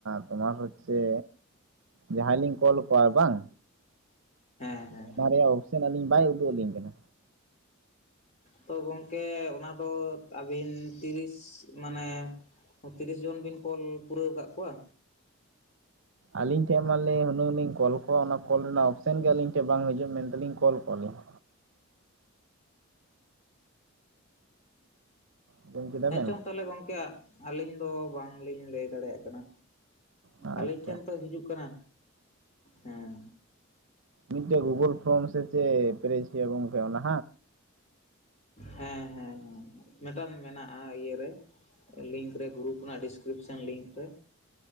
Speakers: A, on the right; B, on the left.
A: ᱛᱳᱢᱟᱨ ᱦᱚᱪᱪᱮ ᱡᱟᱦᱟᱸᱭ ᱞᱤᱧ ᱠᱚᱞ ᱟᱠᱚᱣᱟ ᱵᱟᱝ
B: ᱦᱮᱸ ᱦᱮᱸ
A: ᱚᱱᱟ ᱨᱮᱭᱟᱜ ᱚᱯᱥᱮᱱ ᱟᱹᱞᱤᱧ ᱵᱟᱭ ᱩᱫᱩᱜ ᱟᱹᱞᱤᱧ ᱠᱟᱱᱟ
B: ᱛᱳ ᱜᱚᱢᱠᱮ ᱚᱱᱟᱫᱚ ᱟᱹᱵᱤᱱ ᱛᱤᱨᱤᱥ ᱢᱟᱱᱮ ᱛᱤᱨᱤᱥ ᱡᱚᱱ ᱵᱤᱱ ᱠᱚᱞ ᱯᱩᱨᱟᱹᱣ ᱠᱟᱜ ᱠᱚᱣᱟ
A: ᱟᱹᱞᱤᱧ ᱴᱷᱮᱱ ᱢᱟᱞᱤᱧ ᱩᱱᱟᱹᱜ ᱞᱤᱧ ᱠᱚᱞ ᱠᱚᱣᱟ ᱚᱱᱟ ᱠᱚᱞ ᱨᱮᱱᱟᱜ ᱚᱯᱥᱮᱱ ᱜᱮ ᱟᱹᱞᱤᱧ ᱴᱷᱮᱱ ᱵᱟᱝ ᱦᱤᱡᱩᱜ ᱢᱮᱱᱛᱮᱞᱤᱧ ᱠᱚᱞ ᱠᱚᱣᱟᱞᱤᱧ ᱟᱸᱡᱚᱢ ᱠᱮᱫᱟ
B: ᱦᱮᱸᱪᱚᱝ
A: ᱵᱮᱱ
B: ᱛᱟᱦᱚᱞᱮ ᱜᱚᱢᱠᱮ ᱟᱹᱞᱤᱧ ᱫᱚ ᱵᱟᱝᱞᱤᱧ ᱞᱟᱹᱭ ᱫᱟᱲᱮᱭᱟᱜ ᱠᱟᱱᱟ
A: ᱟᱪᱪᱷᱟ
B: ᱟᱹᱞᱤᱧ ᱴᱷᱮᱱ ᱛᱚ ᱦᱤᱡᱩᱜ ᱠᱟᱱᱟ ᱦᱮᱸ
A: ᱢᱤᱫᱴᱮᱡ ᱜᱩᱜᱩᱞ ᱯᱷᱨᱚᱢ ᱥᱮ ᱪᱮᱫ ᱯᱮᱨᱮᱡ ᱦᱩᱭᱩᱜᱼᱟ ᱜᱚᱝᱠᱮ ᱚᱱᱟ
B: ᱦᱮᱸ ᱦᱮᱸ ᱦᱮᱸ ᱢᱤᱫᱴᱟᱝ ᱢᱮᱱᱟᱜᱼᱟ ᱤᱭᱟᱹᱨᱮ ᱞᱤᱝᱠ ᱨᱮ ᱜᱨᱩᱯ ᱨᱮᱱᱟᱜ ᱰᱤᱥᱠᱨᱤᱯᱥᱚᱱ ᱞᱤᱝᱠ ᱨᱮ